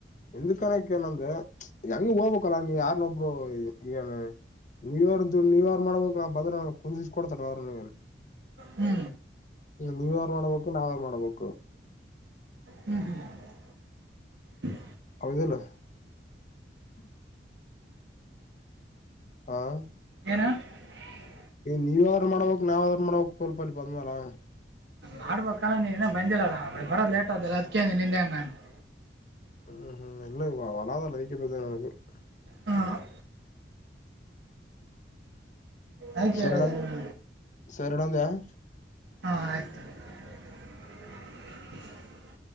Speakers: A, on the left; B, on the right.
A: ಎಿಂದ್ ಕನಕ್ಕ ಏನಂದ ಹೆಂಗ ಹೋಗ್ಬೇಕಲ್ಲ ನೀ ಯಾರ್ನ್ನೊಬ್ರು ಏನ್ ನ್ೂ ಇರ್ ನ್ಯೂ ಇಯರ್ ಮಾಡ್ಬೇಕು ನಾ ಬ್ರ ಕುುದಿಸ ಕೊಡ್ತಾರೆ ಅವ್ರ ಇ
B: ಹ್ಞೂ
A: ನ್ಯೂ ಇರ್ ಮಾಡ್ಬೇಕು ನಾವರ್ ಮಾಡ್ಬೇಕು
B: ಹ್ಮ್, ಹ್ಮ್. <unintelligible>
A: ಹೌದುವಾಲ್ಲಾ. <unintelligible> ಹಾ. <inaudible>
B: ಏನು. <unintelligible>
A: ನೀವ್ಯಾರು, ಮಾಡಬೇಕು, ನಾವುಯರುಮಡಬೇಕ್ಕು, ಗ್ರೂಪಲ್ಲಿಬಂಧುವಲ್ಲ. <inaudible>
B: ಮಾಡುಬೆಕ್ಕುಕಾನ, ನೀನು ಬಂದಿಲ್ಲಲ್ಲ ಬರ ಲೇಟ್, ಅದುಕ್ಕೆ, ಅದ್ಕಿನಿಂಗೂ, ಹಂಗು. <unintelligible>
A: ಹ್ಮ್, ಹ್ಮ್, ನೆನ್ನೆ, ಹೊಲಅಧ್ಯಲ್ಲ, ಹೈಕ್ಕಿಬಜೆರ್, ಆಯ್ತೇಅಲ್ಲಾ. <unintelligible>
B: ಹಾ. <unintelligible> ಅದಕ್ಕೆ
A: ಸಾರಿಡ್ಡು,
B: ಹೇಳಿದೆ ನಾನು
A: ಸರುಡ್ಯನುಧಯ. <inaudible>
B: ಹಾ, ಆಯ್ತು! <unintelligible> <unintelligible> <inaudible>